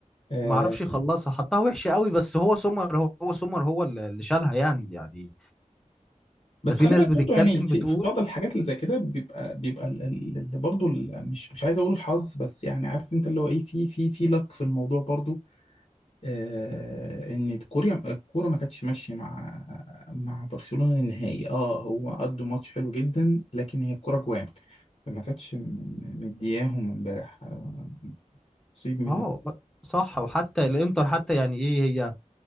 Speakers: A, on the left (about 50°); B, in the centre.
A: آه
B: ما عرفش يخلصها حطها وحشة قوي بس هو سومر هو هو سومر هو اللي اللي شالها يعني يعني
A: بس
B: ده في
A: خلي
B: ناس
A: بالك
B: بتتكلم
A: برضه يعني في,
B: بتقول
A: في بعض الحاجات اللي زي كده بيبقى بيبقى ال- ال- اللي برضه ال- مش مش عايز اقول الحظ بس يعني عارف انت اللي هو ايه في في في لك في الموضوع برضه آه، ان كوريا الكوره ما كانتش ماشيه مع مع برشلونه النهائي اه هو قدوا ماتش حلو جدا لكن هي الكوره جوان ما كانتش م- م- مدياهم امبارح آه، نصيب من
B: اه
A: ال...
B: صح وحتى الانتر حتى يعني ايه هي